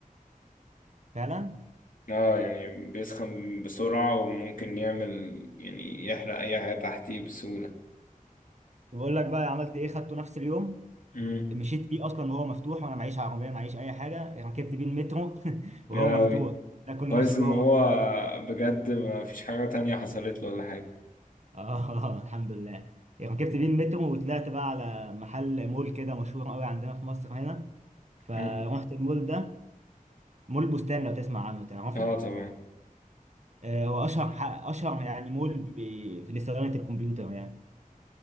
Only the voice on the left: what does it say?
اه يعني بيسخن بسرعة وممكن يعمل يعني يحرق أي حاجة تحتيه بسهولة
امم
يا لهوي
كويس
إن
هو
بجد ما فيش حاجة تانية حصلت له ولا حاجة
امم
اه طبعا